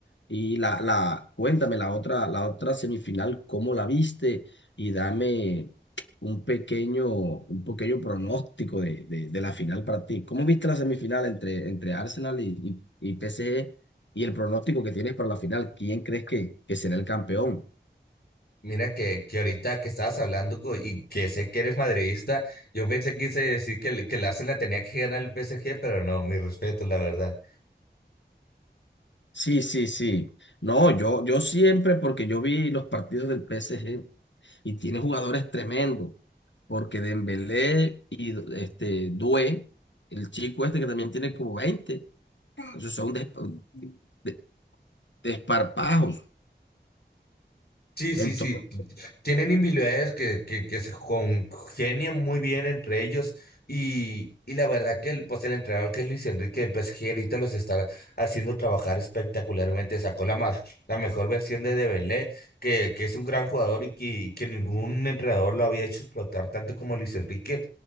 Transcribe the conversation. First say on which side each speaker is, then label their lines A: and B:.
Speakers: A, on the left; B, on the left.
A: Y la, la, cuéntame la otra, la otra semifinal, ¿cómo la viste? Y dame un pequeño, un pequeño pronóstico de, de, de la final para ti. ¿Cómo viste la semifinal entre, entre Arsenal y, y, y PSG? Y el pronóstico que tienes para la final, ¿quién crees que, que será el campeón?
B: Mira que, que ahorita que estabas hablando co- y que sé que eres madridista, yo pensé que quise decir que, el- que el Arsenal tenía que ganar el PSG, pero no, mi respeto, la verdad.
A: Sí, sí, sí. No, yo, yo siempre, porque yo vi los partidos del PSG. y tiene jugadores tremendos, porque Dembélé y este Doué, el chico este que también tiene como veinte esos son despa- de- desparpajos.
B: Sí, sí,
A: Entonces,
B: sí. t- t- Tienen individualidades que, que, que se congenian muy bien entre ellos. Y, y la verdad que el, pues el entrenador que es Luis Enrique del PSG ahorita los está haciendo trabajar espectacularmente. Sacó la, más, la mejor versión de Dembélé, que, que es un gran jugador y que, que ningún entrenador lo había hecho explotar tanto como Luis Enrique.